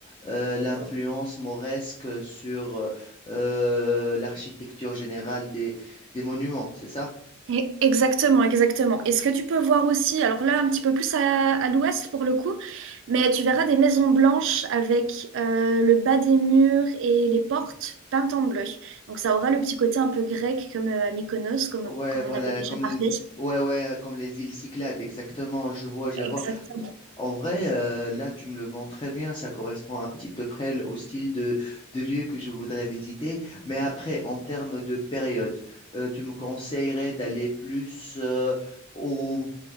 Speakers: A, on the left (about 25°); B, on the right (about 65°).
A: euh, l'influence mauresque sur euh, euh, l'architecture générale des, des monuments, c'est ça?
B: Et- Exactement, exactement. Et ce que tu peux voir aussi, alors là, un petit peu plus à, à l'ouest pour le coup, mais tu verras des maisons blanches avec euh, le bas des murs et les portes peintes en bleu. Donc ça aura le petit côté un peu grec comme euh, à Mykonos, comme,
A: Ouais,
B: comme
A: voilà,
B: on avait déjà
A: comme,
B: parlé.
A: l- ouais, ouais, comme les îles Cyclades, exactement, je vois, je vois.
B: Exactement.
A: En vrai, euh, là, tu me le vends très bien, ça correspond à petit peu près au style de, de lieu que je voudrais visiter. Mais après, en termes de période, euh, tu me conseillerais d'aller plus euh, au,